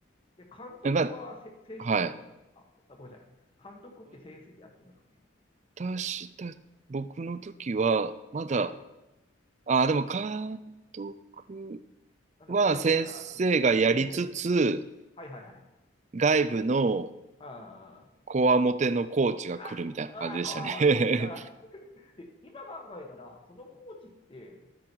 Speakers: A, on the left; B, on the right.
A: で、監督はせ先生がやってますかあ、
B: まあ、はい。
A: ごめんなさい。監督って先生でやってるんですかね
B: 私た、僕の時は、まだ、
A: はい。
B: ああ、でも監督
A: あの外部から連れてくる。
B: は先生がやりつつ、
A: あ、先生。はいはいはい。
B: 外部の
A: ああ。
B: こわもてのコーチが来るみたいな感じでしたね。
A: あ、うわ、こわわってね。で、今考えたら、そのコーチって